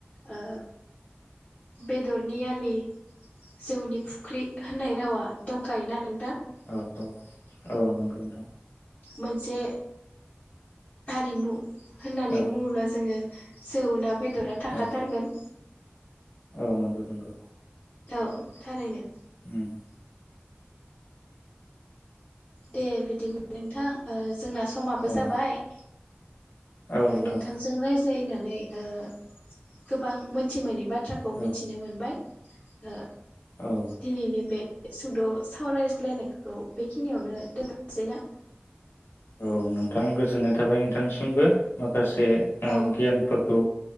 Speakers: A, on the left; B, on the left.
A: ओ बेदरनि आलि जौनि फुख्रि होननाय रावा दंखायो ना नों
B: औ औ औ नंगौ नोंथां
A: मोनसे हारिमु होननानै
B: औ
A: बुङोब्ला जोङो जौ ना बेद बेदरा थाखाथारगोन
B: औ औ नंगौ नंगौ
A: औ थारैनो
B: हुम
A: दे बिदिबो नोंथां ओ जोंना समाबो
B: औ
A: जाबाय
B: औ नोंथां
A: ओ नोंथांजों रायज्लायनानै ओ गोबां मोनथि मोनि बाथ्राखौ मिथिनो
B: औ
A: मोनबाय ओ
B: औ
A: दिनैनि बे सुद' सावरायज्लायनायखौ बेखि खिनियावनो दोननोसै ना
B: औ नोंथां गोजोननाय थाबाय नोंथांनिसिमबो माखासे ओ
A: औ
B: गियानफोरखौ